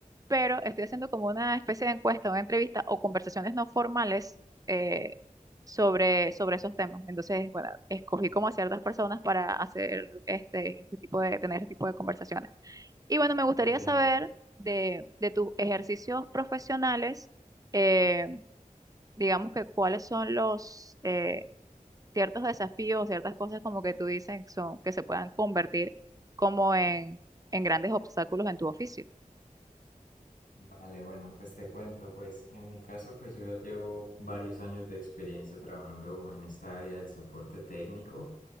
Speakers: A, on the right; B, on the left.
A: pero estoy haciendo como una especie de encuesta, una entrevista o conversaciones no formales eh, sobre, sobre esos temas. Entonces, bueno, escogí como a ciertas personas para hacer este, este tipo de, tener este tipo de conversaciones. Y bueno, me gustaría
B: comprendo.
A: saber de, de tus ejercicios profesionales, eh, digamos que cuáles son los eh, ciertos desafíos, ciertas cosas como que tú dices son, que se puedan convertir como en, en grandes obstáculos en tu oficio.
B: Vale, bueno, pues te cuento, pues en mi caso, pues yo ya llevo varios años de experiencia trabajando en esta área del soporte técnico,